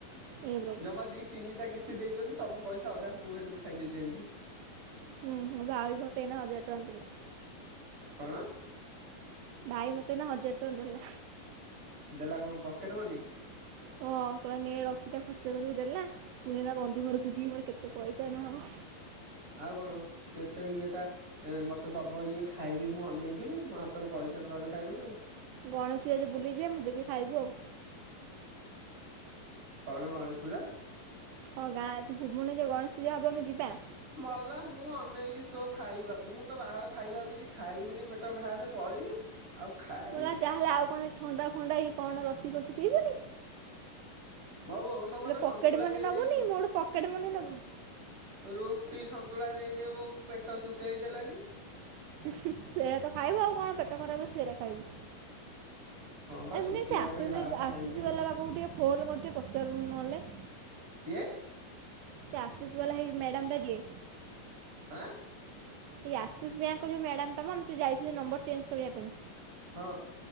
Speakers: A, on the right; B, on the right.
A: ଏ ପ୍ରଭୁ।
B: ଜମା ଦି ତିନିଟା କିସ୍ତି ଦେଇଛନ୍ତି ସବୁ ପଇସା ଅଧା ମୁଁ ଏଥିରୁ ଖାଇଦେଛି ଆଣିକି।
A: ହୁଁଁ ହୁଁ ଭାଇ ମତେ ଏଇନା ହଜାରେ ଟଙ୍କା ଦେଲା।
B: କଣ?
A: ଭାଇ ମତେ ଏଇନା ହଜାର ଟଙ୍କା ଦେଲା।
B: ଦେଲା କଣ ପକେଟ ମନି।
A: ହଁ କଇଲା ନେ ରଖିଥା ଖର୍ଚ୍ଚ କରିବୁ ଦେଲା। ପୁଣି ଏଇନା ବନ୍ଧୁ ଘରକୁ ଯିବୁ କେତେ ପଇସା ଏଇନା ହବ।
B: ଆଉ କଣ କେତେ ଇଏଟା ମତେ ଦବ ଇଏ ଖାଇବି ମୁଁ ଅନେଇଥିବି ମ ତୋର ପଇସାଟା ରହିଲେ ଖାଇବେ ନା ଆଉ
A: ଗଣେଶ ପୂଜା ଯୋଉ ବୁଲିଯିବା ମୁଁ ଦେବି ଖାଇବୁ ଆଉ
B: କଣ ଗଣେଶ ପୂଜା?
A: ହଁ ଗାଁ ଅଛି ଭୁବୁନି ଯୋଉ ଗଣେଶ ପୂଜା ହେବ ଆମେ ଯିବା।
B: ମଲା ମୁଁ ଅନେଇଚି ତୋ ଖାଇବାକୁ ମୁଁ ତ ବାହାର ଖାଇବା ଆଉ କିଛି ଖାଇବିନି ପେ ପେଟ ଘା ରେ ପଇଲି। ଆଉ ଖାଇବି
A: ମଲା ଚାହା ହେଲା ଆଉ କଣ ସେ ଥଣ୍ଡା ଫଣ୍ଡା ହେଇ କଣ ଲସି ଫଶି ପିଇବୁନି।
B: ମୋ ବୋଉ ତ ମତେ
A: ପକେଟ
B: ସନ୍ତୁଳା
A: ମନି
B: ଦେଇ
A: ନବୁନି
B: ଦେଇରୁ
A: ମୋଠୁ ପକେଟ ମନି ନବୁ।
B: ରୁଟି ସନ୍ତୁଳା ଦେଇ ଦେଇ ମୋ ପେଟ ଶୁଖେଇ ଦେଲାଣି।
A: ଉହୁଁ ସେଇଆ ତ ଖାଇବୁ ଆଉ କଣ ପେଟ ଖରାପରେ ସେଇରା ଖାଇବୁ।
B: ହଁ ବା
A: ଆରେ
B: ଶୁଖିଲାଟାରେ
A: ମୁନି ସେ ଆସେସ
B: ଘା ଫା
A: ଆସୁଛି
B: ହେଇକି ମତେ
A: ବାଲା ପାଖକୁ ଟିକେ ଫୋନକରି ଟିକେ ପଚାରୁନୁ ନହେଲେ।
B: କିଏ?
A: ସେ ଆସେସ ବାଲା ହେଇ ମ୍ୟାଡାମଟା ଯିଏ
B: ହା।
A: ଏଇ ଆକ୍ସିସ୍ ବ୍ୟାଙ୍କର ଯୋଉ ମ୍ୟାଡ଼ାମଟା ମ ଆମେ ଯୋଉ ଯାଇଥିଲେ ନମ୍ବର ଚେଞ୍ଜ କରିବା ପାଇଁ।
B: ହଁ।